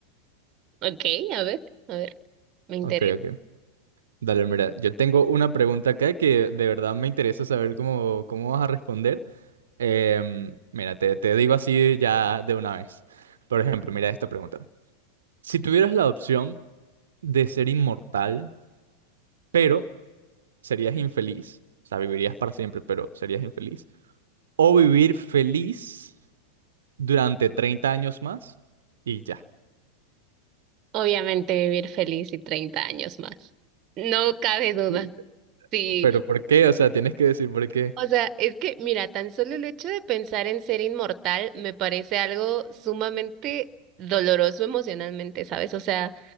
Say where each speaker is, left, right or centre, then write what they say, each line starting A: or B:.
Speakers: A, on the right (about 35°); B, on the right (about 65°).
A: Ok, a ver, a ver, me interesa.
B: Ok, ok. Dale, mira, yo tengo una pregunta acá que de verdad me interesa saber cómo, cómo vas a responder. Em, mira, te, te digo así ya de una vez. Por ejemplo, mira esta pregunta. Si tuvieras la opción de ser inmortal, pero serías infeliz, o sea, vivirías para siempre, pero serías infeliz, o vivir feliz durante 30 años más y ya.
A: Obviamente vivir feliz y 30 años más. No cabe duda.
B: Sí,
A: Sí.
B: Pero ¿por qué? O sea, tienes que decir por qué.
A: O sea, es que, mira, tan solo el hecho de pensar en ser inmortal me parece algo sumamente doloroso emocionalmente, ¿sabes? O sea,